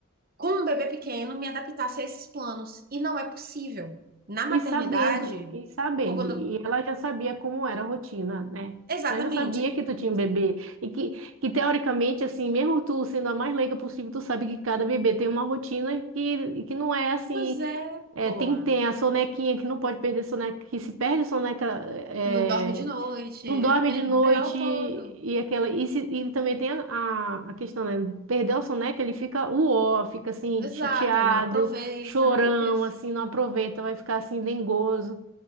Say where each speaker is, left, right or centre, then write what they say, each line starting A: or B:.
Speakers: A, on the right; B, on the right.
A: como um bebê pequeno, me adaptasse a esses planos. E não é possível. Na maternidade,
B: E sabendo, e sabendo,
A: quando.
B: e ela já sabia como era a rotina, né?
A: Exatamente.
B: Ela já sabia que tu tinha um bebê e que, que teoricamente, assim, mesmo tu sendo a mais leiga possível, tu sabe que cada bebê tem uma rotina que, que não é assim
A: Pois é,
B: É,
A: pô.
B: tem, tem a sonequinha que não pode perder soneca, que se perde soneca, é,
A: Não dorme de noite,
B: não dorme
A: aquele
B: de noite
A: BO todo.
B: e aquela e, se- e também tem a, a a questão, né? Perdeu a soneca, ele fica uó, fica assim
A: Exato,
B: chateado,
A: aí não aproveita,
B: chorão,
A: nada disso.
B: assim, não aproveita, vai ficar assim dengoso.